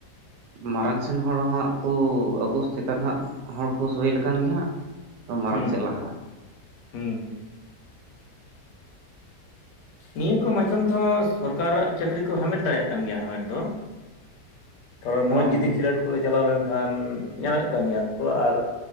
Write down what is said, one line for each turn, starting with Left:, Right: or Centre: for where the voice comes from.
Right: ᱢᱟᱨᱟᱝ ᱥᱮᱱ ᱦᱚᱲ ᱦᱟᱸᱜ ᱠᱩ ᱟᱵᱚ ᱪᱮᱛᱟᱱ ᱦᱜ ᱦᱚᱲᱠᱚ ᱥᱳᱭ ᱞᱮᱠᱟᱱ ᱜᱮᱦᱟᱸᱜ ᱢᱟᱨᱟᱝ
Left: ᱦᱩᱸ
Right: ᱥᱮᱫ ᱞᱟᱦᱟᱜᱼᱟ
Left: ᱦᱩᱸ ᱦᱩᱸ ᱱᱤᱭᱟᱹ ᱠᱚ ᱢᱟᱫᱽᱫᱷᱚᱢ ᱛᱮᱦᱚᱸ ᱥᱚᱨᱠᱟᱨᱟᱜ ᱪᱟᱹᱠᱨᱤ ᱠᱚ ᱦᱟᱢᱮᱴ ᱫᱟᱲᱮᱭᱟᱜ ᱠᱟᱱ ᱜᱮᱭᱟ ᱦᱟᱢᱮᱴ ᱫᱚ ᱛᱟᱨᱚᱱ ᱢᱚᱸᱡᱽ
Right: ᱦᱳᱭ
Left: ᱡᱩᱚᱫᱤ ᱠᱷᱮᱞᱳᱰ ᱠᱚ ᱪᱟᱞᱟᱣ ᱞᱮᱱᱠᱷᱟᱱ ᱧᱟᱢᱮᱫ ᱠᱟᱱ ᱜᱮᱭᱟ ᱠᱚ ᱟᱨ